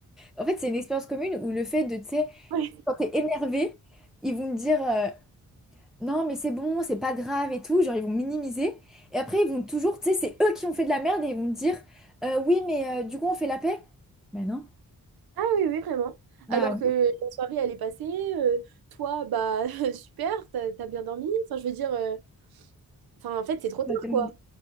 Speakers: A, in the centre; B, on the right (about 90°).
A: En fait, c'est une expérience commune où le fait de, tu sais,
B: Ouais.
A: quand t'es énervé, ils vont me dire euh, non, mais c'est bon, c'est pas grave et tout. Genre, ils vont minimiser. Et après, ils vont toujours, tu sais, c'est eux qui ont fait de la merde et ils vont me dire euh, oui, mais euh, du coup, on fait la paix. Ben non.
B: Ah oui, oui, vraiment.
A: Bah,
B: Alors que la soirée, elle est passée. euh, toi, bah, <laughs> super, t'as t'as bien dormi. Enfin, je veux dire, euh, enfin, en fait, c'est trop tard,
A: oui, pas tellement.
B: quoi.